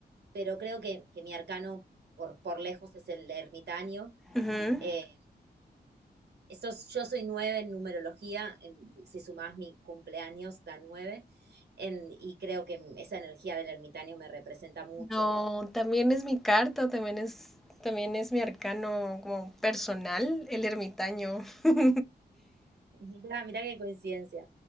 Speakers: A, on the right (about 80°); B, in the centre.
A: Pero creo que, que mi arcano por, por lejos es el ermitaño.
B: uh -huh.
A: Eh, esto es- yo soy nueve en numerología, en- si sumás mi cumpleaños da nueve, en- y creo que esa energía del ermitaño me representa mucho.
B: No, también es mi carta, también es... También es mi arcano como personal, el ermitaño. <laughs>
A: Mirá, mirá qué coincidencia.